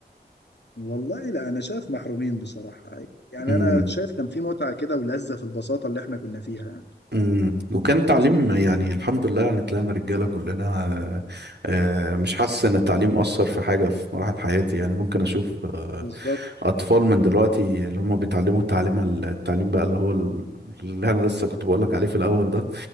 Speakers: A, on the left; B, on the right.
A: والله لا انا شايف محرومين بصراحه يعني
B: عندهم
A: انا شايف كان في متعه كده ولذه في البساطه اللي احنا كنا فيها يعني
B: امم وكان تعليم يعني الحمد لله يعني طلعنا رجاله كلنا آه، آه، مش حاسس ان التعليم اثر في حاجه في مراحل حياتي يعني ممكن اشوف آه،
A: بالظبط
B: اطفال من دلوقتي اللي هم بيتعلموا التعليم التعليم بقى اللي هو ال- اللي انا لسه كنت بقول لك عليه في الاول ده